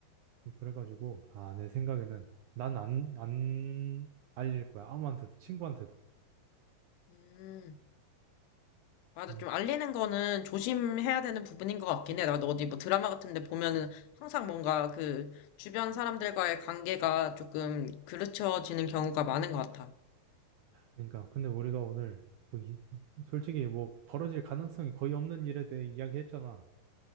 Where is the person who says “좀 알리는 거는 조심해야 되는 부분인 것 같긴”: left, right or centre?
Left